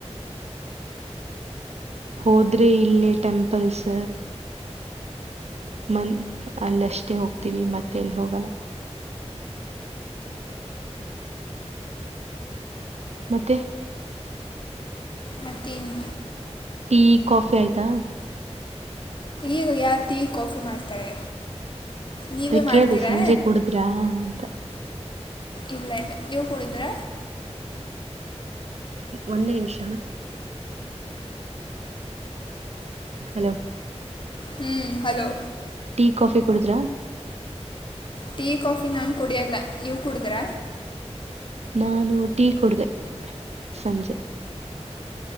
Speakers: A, on the right; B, on the left.
A: ಹೋದ್ರೆ ಇಲ್ಲೇ ಟೆಂಪಲ್ಸ್ ಮನ್ ಅಲ್ಲಷ್ಟೇ ಹೋಗ್ತೀವಿ ಮತ್ತೆ ಎಲ್ಲಿ ಹೋಗಲ್ಲ ಮತ್ತೆ
B: ಮತ್ತೇನು
A: ಟೀ ಕಾಫಿ ಆಯ್ತಾ
B: ಈಗ ಯಾರಟೀ ಕಾಫಿ ಮಾಡ್ತಾರೆ ನೀವೇ ಮಾಡ್ತೀರಾ
A: ಕೇಳಿದೆ ಸಂಜೆ ಕುೂಡುದ್ರಾ ಅಂತ
B: ಇಲ್ಲ ಇಲ್ಲ ನೀವು ಕೂಡಿದ್ರ
A: ಒಂದು ನಿಮಿಷ ಹಲೋ
B: ಹ್ಞೂ ಹಲೋ
A: ಟೀ ಕಾಫಿ ಕುಡುದ್ರಾ
B: ಟೀ ಕಾಫಿ ನಾನು ಕುಡಿಯಲ್ಲ ನೀವು ಕುೂಡಿದ್ರ
A: ನಾನು ಟೀ ಕುಡ್ದೆ ಸಂಜೆ